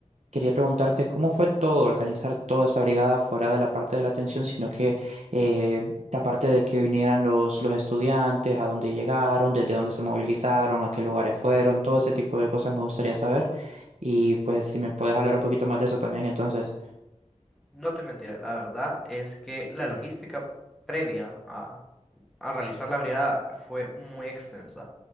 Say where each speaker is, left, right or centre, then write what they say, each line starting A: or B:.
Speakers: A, on the right; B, in the centre.
A: Quería preguntarte cómo fue todo, organizar toda esa brigada fuera de la parte de la atención, sino que eh, la parte de que vinieran los, los estudiantes, a dónde llegaron, desde dónde se movilizaron, a qué lugares fueron, todo ese tipo de cosas me gustaría saber. Y pues si me puedes hablar un poquito más de eso también, entonces.
B: No te mentiré, la verdad es que la logística previa a, a realizar la brigada fue muy extensa.